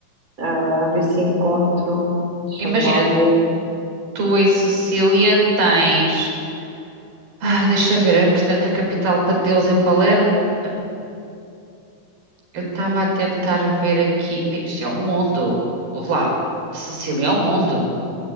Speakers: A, on the right (about 20°); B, on the right (about 85°).
A: Ah, a ver se encontro, deixa-me
B: Imagina,
A: lá ver.
B: tu em Sicília tens. Ah, deixa ver, é, portanto, a capital pa- deles é Palermo. Eu estava a tentar ver aqui. Bem, Isto é um mundo. Ouve lá, Sicília é um mundo.